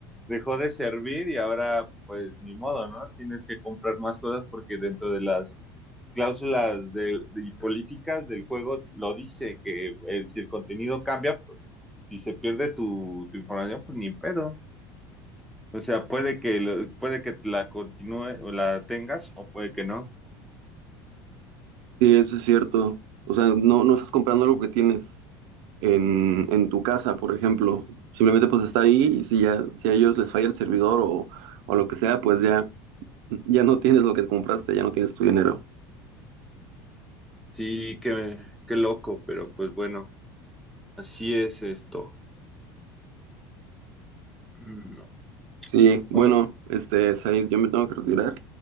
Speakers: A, in the centre; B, on the right (about 70°).
A: dejó de servir y ahora, pues, ni modo, ¿no? Tienes que comprar más cosas porque dentro de las cláusulas de, de- políticas del juego lo dice, que el, si el contenido cambia, pues si se pierde tu, tu información, pues ni pedo. O sea, puede que, lo- puede que la continúe o la tengas o puede que no.
B: Sí, eso es cierto. O sea, no, no estás comprando algo que tienes en, en tu casa, por ejemplo. Simplemente pues está ahí y si ya, si a ellos les falla el servidor o, o lo que sea, pues ya, ya no tienes lo que compraste, ya no tienes tu dinero.
A: Sí, qué, qué loco, pero pues bueno, así es esto. Mm,
B: Sí, bueno,
A: o-
B: este, Said, yo me tengo que retirar.